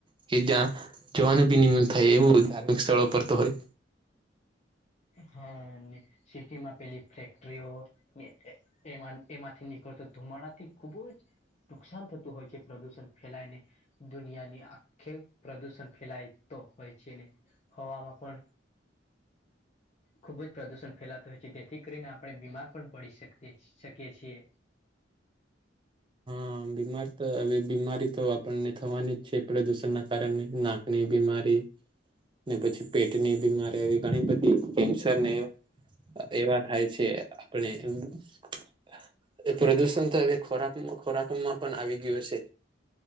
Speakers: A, on the right; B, on the left.
A: કે જ્યાં જોવાનું બી ની મન થાય એવું ધાર્મિક સ્થળો પર તો હોય.
B: હા ને સિટી માં પેલી ફેક્ટરીઓ ને એ એમાં એમાંથી નીકળતો ધુમાડા થી ખુબ જ નુકસાન થતું હોય છે પ્રદુષણ ફેલાય ને દુનિયાની આખે પ્રદુષણ ફેલાય તો હોય છે ને હવામાં પણ ખુબ જ પ્રદુષણ ફેલાતો હોય છે જેથી કરીને આપણે બીમાર પણ પડી શકતે છે શકીએ છીએ.
A: હા બીમાર તો હવે બીમારી તો આપણને થવાની જ છે પ્રદુષણ ના કારણે ના ને એ બીમારી ને પછી પેટની બીમારી આવી ઘણી બધી કેન્સર ને એવા થાય છે આપણે <unintelligible> એ પ્રદૂષણ તો એવી ખોરાક મા ખોરાકમાં પણ આવી ગયો છે